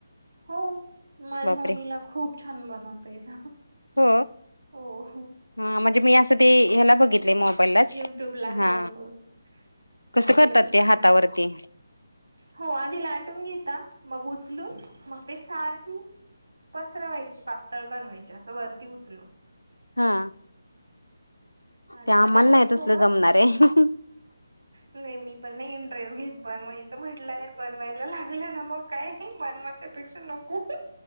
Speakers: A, on the right (about 70°); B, on the left (about 90°).
A: हो माझ्या
B: बापरे
A: मम्मीला खूप छान बनवता येत.
B: हो
A: हो हो
B: ह म्हणजे मी असं ते ह्याला बघितले मो बईलाच,
A: युट्यूब ला
B: हा
A: हो हो नाही
B: कस करतात
A: तिला खूप
B: ते
A: छान
B: हातावरती?
A: होत हो आधी लाटून घेता मग उचलून मग ते सारखी, पसरवायची पातळ बनवायची असं वरती उचलून,
B: हा.
A: आणि
B: ते आम्हाला
A: मग त्याच्या
B: नाही
A: सोबत.
B: तसलं जमणार आहे.
A: नाही मी पण नाही इंटरेस्ट घेत बनवायचं म्हटलं बनवायला लागलं ना मग, काय बनवा त्या पेक्षा नको.